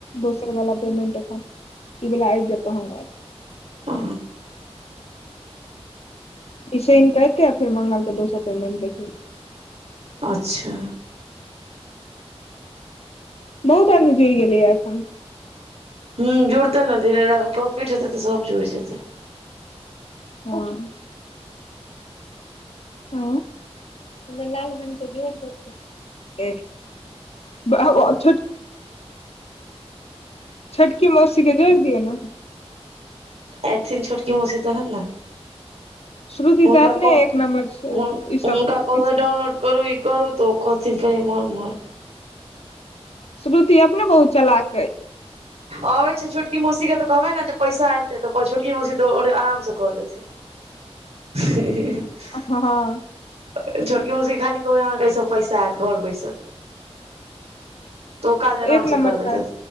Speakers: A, on the left; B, on the right.
A: दोसर वला पेमेंट एखन ई बला आइब पैत तहन एत
B: आ
A: ईसइन करते आ फेर मंगल तऽ दो सो पेमेंट देख
B: अच्छा
A: बहुत आदमी जुड़ि गेलैए एखन
B: ह जुड़तै ने धीरे ध प्रोफिट हतै तऽ सब जुइड़ जेतै
A: हं हँ लाल बनट <unintelligible> <unintelligible> छोटकी मौसी के जोइर दिय न
B: एथिन छोटकी मोशी तहन न
A: श्रुति
B: हुनका
A: तऽ अपने
B: कह
A: एक नम्बर छै
B: हुनका
A: ई सब
B: कहबै
A: ई सब
B: डाउनलोड करू ई करू तऽ ओ कहथिन फेर इमहर उमहर
A: श्रुति अपने बहुत चला केे
B: अबै छै छोटकी मौसी के तऽ कहबे ने जे पैसा एते तऽ छोटकी मौसी त आराम से कऽ लेत <inaudible>
A: हँँ
B: छोटकी मौसी के खाली कहबै अहाँ एइस पैसा एत घर बैसल तऽ ओ काज आराम
A: एक
B: से
A: नमबर
B: कऽ लेतै
A: कार